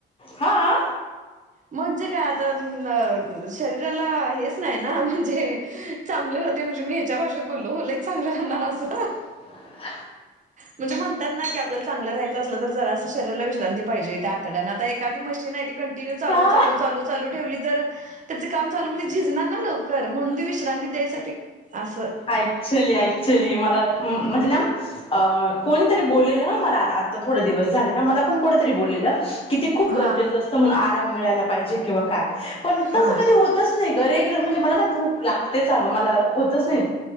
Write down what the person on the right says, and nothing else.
म्हणजे काय आता शरीराला हेच नाही ना म्हणजे चांगलं राहतंय म्हणजे मी ह्याच्या भाषेत बोललो ओ लईच चांगलं राहणार असं
म्हणजे म्हणतात ना की आपल्याला चांगलं राहायंचं असलं तर जरासं शरीराला विश्रांती पाहिजे त्या आतडयांना आता एखादी मशीन आहें टीव्ही चालू
चालू चालू चालू ठेवली तर त्याचं काम चालू म्हण झिजणार ना लवकर म्हणून ती विश्रांती द्यायसाठी असं
हा
हा